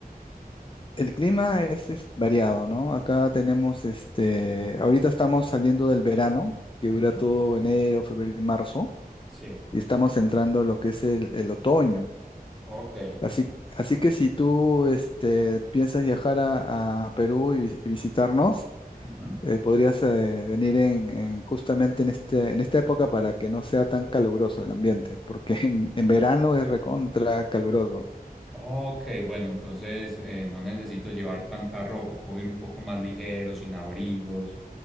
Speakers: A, on the left; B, in the centre.
A: El clima es, es variado, ¿no? Acá tenemos, este, ahorita estamos saliendo del verano, que dura
B: Ujú.
A: todo enero, febrero y marzo,
B: Sí.
A: y estamos entrando a lo que es el, el otoño.
B: Ok.
A: Así, así que si tú, este, piensas viajar a, a Perú y, vi- y visitarnos,
B: Ujú.
A: eh, podrías eh, venir en, en- justamente en este, en esta época para que no sea tan caluroso el ambiente, porque <laughs> en, en verano es recontra caluroso.
B: Ok, bueno, entonces eh, no necesito llevar tanta ropa, puedo ir un poco más ligero, sin abrigos